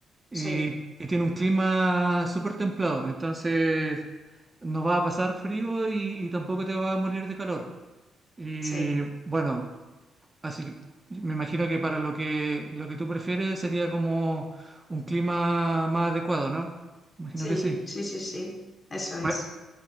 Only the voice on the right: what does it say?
y,
y tiene un clima súper templado. Entonces, no va a pasar frío y, y tampoco te va a morir de calor. Y
bueno. Así que me imagino que para lo que, lo que tú prefieres sería como un clima más adecuado, ¿no? Imagino
que sí.
Bueno,